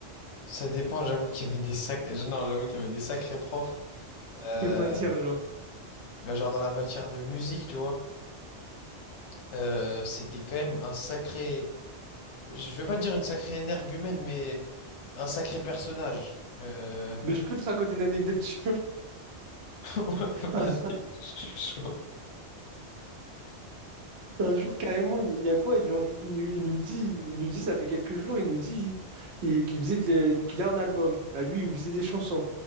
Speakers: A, on the left; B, on the right.
A: Ça dépend, j'avoue qu'il y avait des sac... non, j'avoue qu'il y avait des sacrés profs. Euh,
B: Quelle matière, genre?
A: bah, genre dans la matière de musique, tu vois. Euh, c'était quand même un sacré. Je vais pas dire une sacrée énergumène, mais un sacré personnage. Euh,
B: Mais je peux te raconter une anecdote, je suis
A: <laughs> ouais,
B: <laughs>
A: vas je suis chaud.
B: Un jour, carrément, il y a quoi? Genre, il, nous il nous dit, il nous dit, ça fait quelques jours, il nous dit il- qu'il faisait de la- qu'il a un album à lui où il faisait des chansons.